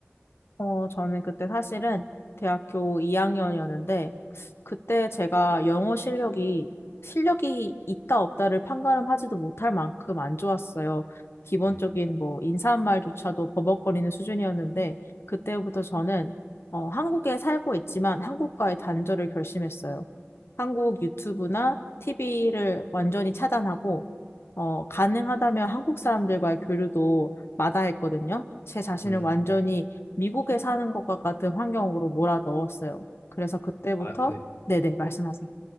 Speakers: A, on the left; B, on the left.
A: 어, 저는 그때 사실은 대학교 2학년이었는데, 그때 제가 영어 실력이, 실력이 있다 없다를 판가름하지도 못할 만큼 안 좋았어요. 기본적인
B: 네.
A: 뭐 인사말조차도 버벅거리는 수준이었는데, 그때부터 저는 어, 한국에 살고 있지만 한국과의 단절을 결심했어요. 한국 유튜브나 TV를 완전히 차단하고, 어, 가능하다면 한국 사람들과의 교류도 마다했거든요. 제 자신을
B: 음,
A: 완전히 미국에 사는 것과 같은 환경으로 몰아 넣었어요. 그래서 그때부터
B: 아, 네.
A: 네네, 말씀하세요.